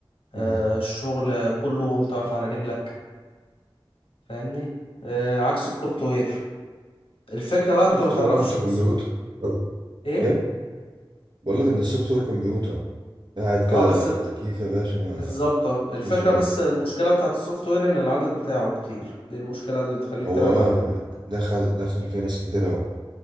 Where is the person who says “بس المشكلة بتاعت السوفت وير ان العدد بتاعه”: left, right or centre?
Left